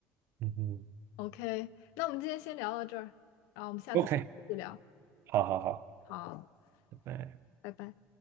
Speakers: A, on the right; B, on the left.
A: 嗯嗯
B: OK，那我们今天先聊到这儿，然后我们下次开始聊，
A: OK，好好好，
B: 好，
A: 拜拜。
B: 拜拜。